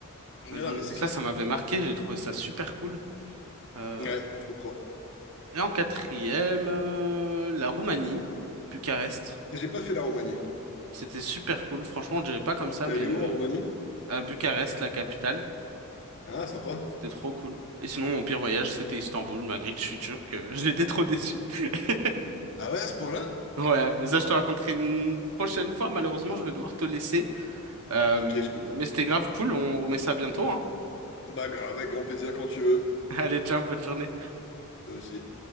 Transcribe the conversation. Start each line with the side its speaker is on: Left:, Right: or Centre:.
Left: Non,
Right: Et Donc
Left: non, mais c'est
Right: ça,
Left: clair.
Right: ça m'avait marqué, j'ai trouvé ça super cool. Euh,
Left: Ouais, je comprends.
Right: Et en quatrième, euh, la Roumanie, Bucarest.
Left: J'ai pas fait la Roumanie.
Right: C'était super cool, franchement, on dirait pas comme ça,
Left: T'es
Right: mais
Left: allé
Right: euh,
Left: où en Roumanie?
Right: à Bucarest, la capitale.
Left: Ah, sympa.
Right: C'était trop cool. Et sinon, mon pire voyage, c'était Istanbul, malgré que je suis turc. euh, <laughs> J'étais trop déçu. <laughs>
Left: Ah ouais, à ce point-là?
Right: Ouais, mais ça, je te raconterai une prochaine fois. Malheureusement, je vais devoir te laisser. Euh,
Left: Ok,
Right: mais
Left: je comprends.
Right: c'était grave cool. On remet ça bientôt, hein.
Left: Bah grave, avec grand plaisir quand tu veux.
Right: <laughs> Allez, ciao, bonne journée.
Left: Toi aussi.